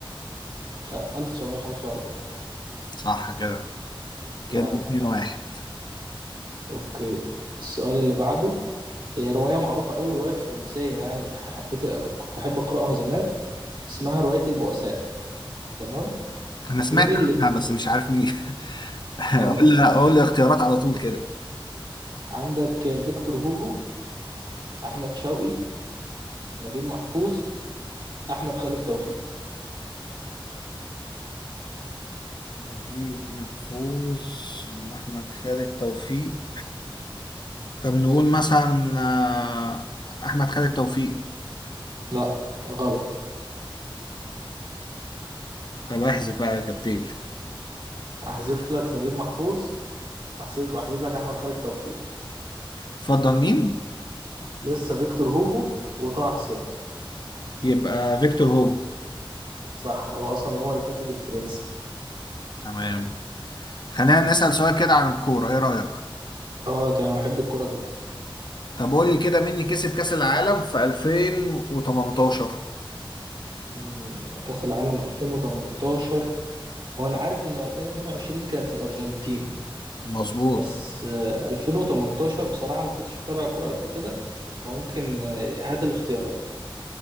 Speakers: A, on the right (about 60°); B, on the left (about 55°).
A: خ- 1945
B: صح كده
A: لعيب
B: كده 2 واحد
A: اوكي السؤال اللي بعده هي رواية معروفة أوي رواية فرنسية يعني بح- حبيت كنت بحب أقرأها زمان اسمها رواية البؤساء تمام
B: انا سمعت
A: مين اللي
B: عنها بس مش عارف مين <laughs> قول
A: اه
B: لي قول لي <laughs> اختيارات على طول كده
A: عندك فيكتور هوجو أحمد شوقي نجيب محفوظ أحمد خالد توفيق
B: نجيب محفوظ ولا أحمد خالد توفيق طب نقول مثلا آه، أحمد خالد توفيق
A: لا غلط
B: طب احذف بقى إجابتين
A: أحذف لك نجيب محفوظ وأحذف أحذف لك أحمد خالد توفيق
B: اتفضل مين
A: لسه فيكتور هوجو وطه حسين
B: يبقى فيكتور هوجو
A: صح هو أصلا هو الكاتب الفرنسي
B: تمام خلينا نسأل سؤال كده عن الكورة ايه رأيك
A: اه تمام بحب الكورة جدا
B: طب قول لي كده مين اللي كسب كأس العالم في 2018
A: مم، كأس العالم 2018 هو أنا عارف إنه 2022 كانت الأرجنتين
B: مظبوط
A: بس آه، 2018 بصراحة ما كنتش متابع كرة قد كده فممكن آه، هات الاختيارات